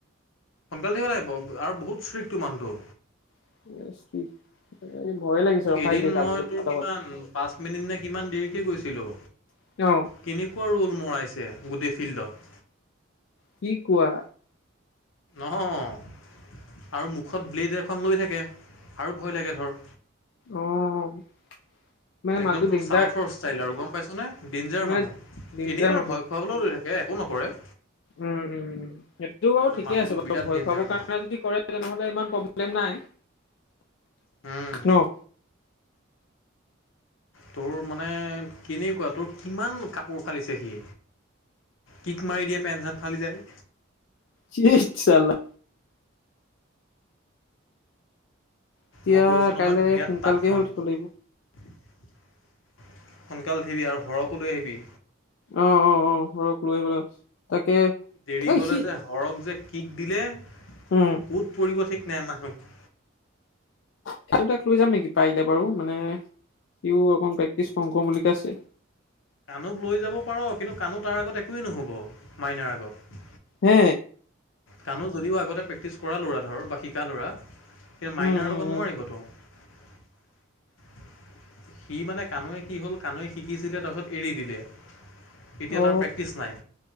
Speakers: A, on the left (about 80°); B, on the left (about 60°).
A: সোনকালে উঠিব লাগিব আৰু বহুত ষ্ট্ৰিক্টটো মানুহটো।
B: <unintelligible> ভয়ে লাগিছে ৰখা
A: এদিন
B: এতিয়া যাবলৈ
A: মই তোৰ
B: <unintelligible>
A: কিমান পাঁচ মিনিট নে কিমান দেৰিকৈ গৈছিলোঁ।
B: <unintelligible>
A: কেনেকুৱা ৰোল মৰাইছে গোটেই ফিল্ডত।
B: কি কোৱা।
A: অহহ আৰু মুখত ব্লেড এখন লৈ থাকে আৰু ভয় লাগে ধৰ।
B: অ' মানে
A: একদম
B: মালটো
A: তোৰ
B: ডেঞ্জাৰ
A: চাউথৰ ষ্টাইল আৰু গম পাইছ নে, ডিঞ্জাৰ
B: মানে
A: মানুহ
B: ডেঞ্জাৰ
A: এনেই বাৰো
B: মানুহ
A: ভয় খোৱাবলৈও লৈ থাকে একো নকৰে।
B: উম উম উম সেইটো বাৰু
A: কিন্তু
B: ঠিকে
A: মানুহটো
B: আছে বাৰু
A: বিৰাট
B: ভয়
A: ডেঞ্জাৰ
B: খুৱাব
A: মানুহ
B: কাৰণে যদি কৰে। তেনেহ'লে ইমান প্ৰব্লেম নাই।
A: উম্।
B: ন
A: তোৰ মানে কেনেকুৱা তোৰ কিমান কাপোৰ ফালিছে সি। কিক মাৰি দিয়ে পেন চেন ফালি যায়।
B: ধেইৎ চালা। এতিয়া
A: মই কৈছো নহয়
B: কাইলে
A: বিৰাট
B: সোনকালকেহে
A: তাক মানটো।
B: উঠিব
A: সোনকাল
B: লাগিব
A: উঠিবি আৰু হৰকো লৈ আহিবি।
B: অ' অ' অ' হৰক লৈ আহিব <unintelligible> তাকে
A: দেৰি
B: এই
A: হ'লে
B: সি
A: যে হৰক যে কিক দিলে
B: উম্
A: ক'ত পৰিব ঠিক নাই মানুহ।
B: <unintelligible> লৈ যাম নেকি পাৰিলে বাৰু মানে সিও অকণ প্ৰেক্টিচ কৰো কৰো বুলিকৈ আছে।
A: কাণুক লৈ যাব পাৰ কিন্তু কাণু তাৰ আগত একোৱেই নহ'ব মাইনাৰ আগত।
B: হে।
A: কানু যদিও আগতে প্ৰেক্টিছ কৰা ল'ৰা ধৰ বা শিকা ল'ৰা কিন্তু মাইনাৰ
B: উম উম
A: লগত নোৱাৰিবতো।
B: উম
A: <unintelligible> সি মানে কানৈ কি হ'ল কানৈ শিকিছিলে তাৰপিছত এৰি দিলে। এতিয়া
B: অ
A: তাৰ প্ৰেক্টিচ নাই,